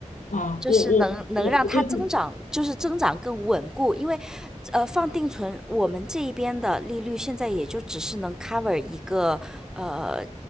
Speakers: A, on the left (about 80°); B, in the centre.
A: 啊，
B: 就是能能让它增长，
A: 我我我我最近，
B: 就是增长更稳固，因为，呃，放定存，我们这一边的利率现在也就只是能 cover 一个呃